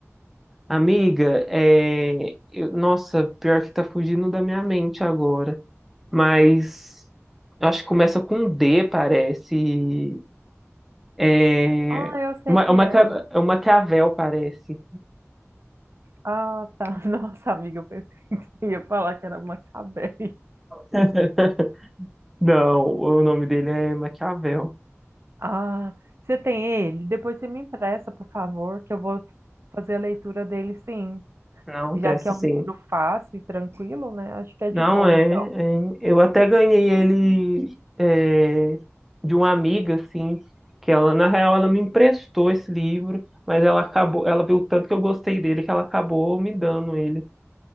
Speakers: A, in the centre; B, on the right.
A: Amiga, é, eu- nossa, pior que tá fugindo da minha mente agora, mas acho que começa com um D, parece. É,
B: Ah, eu sei
A: uma,
B: quem
A: uma,
B: é.
A: ca-
B: o-
A: é um Maquiavel, parece.
B: Ah, tá. <laughs> Nossa, amiga, eu pensei que você ia falar que era Macabeia.
A: <laughs> Não, o nome dele é Maquiavel.
B: Ah, você tem ele? Depois você me empresta, por favor, que eu vou fazer a leitura dele, sim.
A: Não,
B: Já
A: presta
B: que é um
A: sim.
B: livro fácil e tranquilo, né? Acho que é
A: Não
B: de boa,
A: é,
B: então.
A: é. Eu até ganhei ele é, de uma amiga, assim, que ela, na real, ela me emprestou esse livro, mas ela acabou, ela viu o tanto que eu gostei dele que ela acabou me dando ele.